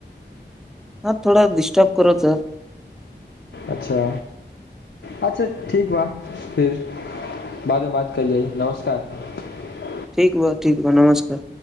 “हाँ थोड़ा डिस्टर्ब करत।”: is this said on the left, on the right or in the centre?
Centre